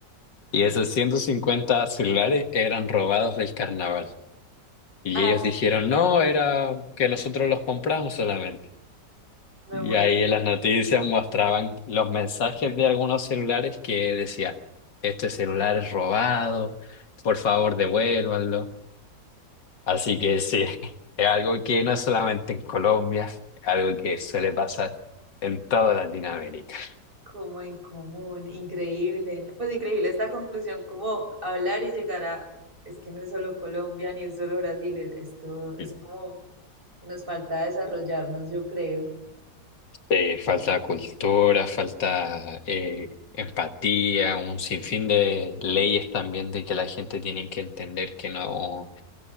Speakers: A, on the left; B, on the right.
A: Y esos 150 celulares eran robados del Carnaval. Y
B: ¡Ay,
A: ellos dijeron, no, era que nosotros los compramos solamente.
B: me
A: Y
B: muero!
A: ahí en las noticias mostraban los mensajes de algunos celulares que decía, este celular es robado, por favor devuélvanlo. Así que sí, <laughs> es algo que no es solamente en Colombia, es algo que suele pasar en toda Latinoamérica.
B: Como en común, increíble, ¿no? Pues increíble esta conclusión, como hablar y llegar a, es que no es solo Colombia ni es solo Brasil, es, es todo, es
A: Mm.
B: como que nos falta desarrollarnos, yo creo.
A: Eh, falta cultura, falta eh, empatía, un sinfín de leyes también de que la gente tiene que entender que no.